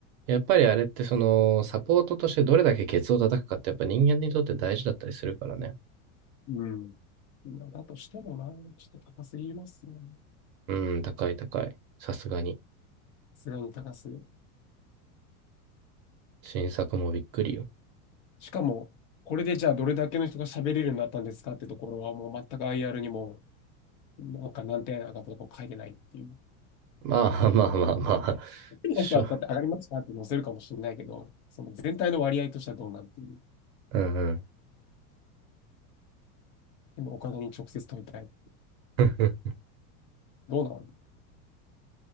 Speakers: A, on the right; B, on the left.
A: やっぱりあれってその、サポートとしてどれだけケツを叩くかってやっぱ人間にとって大事だったりするからね。
B: うん。だとしてもな、ちょっと高すぎますね。
A: うん、高い高い。さすがに。
B: さすがに高すぎる。
A: 新作もびっくりよ。
B: しかも、これでじゃあどれだけの人が喋れるようになったんですかってところは、もう全く IR にも、なんか何点上がったとか書いてないっていう。
A: まあまあまあまあ、
B: 一人の人はこうやって上がりましたって載せるかもしれないけど、
A: しょ、
B: その全体の割合としてはどうなんてい
A: うんうん。
B: うでもお金に直接問いたい。
A: <laughs>
B: どうなの